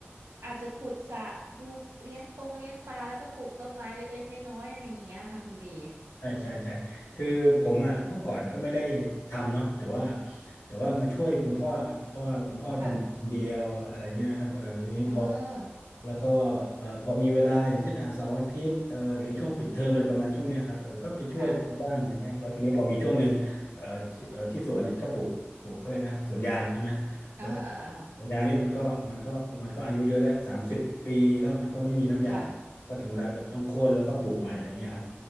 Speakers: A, on the right (about 70°); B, on the left (about 85°).
A: อาจจะขุดสระดูเลี้ยงปงเลี้ยงปลาแล้วก็ปลูกต้นไม้เล็กๆน้อยๆอะไรอย่างเงี้ยค่ะคุณบี
B: ใช่ใช่ใช่คือผมอ่ะเมื่อก่อนก็ไม่ได้ทำเนาะแต่ว่าแต่ว่ามาช่วยคุณพ่อครับเพราะว่าคุณพ่อทำคนเดียวอะไรเงี้ยครับเออทีนี้พอ
A: ค่ะเออ
B: แล้วก็เอ่อพอมีเวลาอย่างเช่นอาเสาร์อาทิตย์เอ่อหรือช่วงปิดเทอมอะไรประมาณช่วงเนี้ยครับเออก็ไปช่วยมาบ้างอะไรเงี้ยแล้วทีนี้พอมีช่วงหนึ่งเอ่อที่เอ่อที่สวนเนี่ยก็ปลูกปลูกเขาเลยกนะสวนยางใช่ไหม
A: ค่ะเออเออเออ
B: แล้วสวนยางเนี่ยมันก็มันก็มันก็อายุเยอะแล้วสามสิบปีแล้วมันก็ไม่มีน้ำยาง
A: ค่ะ
B: ก็ถึงเวลาแบบต้องโค่นแล้วก็ปลูกใหม่อะไรเงี้ยครับ